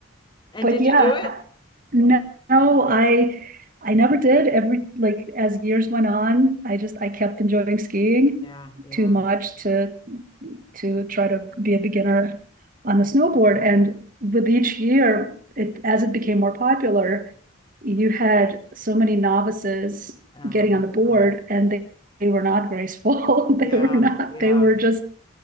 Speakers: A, on the left; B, on the right.
A: And
B: but
A: did
B: yeah,
A: you do it?
B: no, no, I I never did. Every like as years went on, I just I kept enjoying skiing
A: Yeah, yeah.
B: too much to to try to be a beginner on the snowboard. And with each year, it as it became more popular, you had so many novices
A: Uh,
B: getting on the board
A: uh-huh.
B: and they, they were not graceful. <laughs> They
A: Yeah,
B: were not,
A: yeah.
B: they were just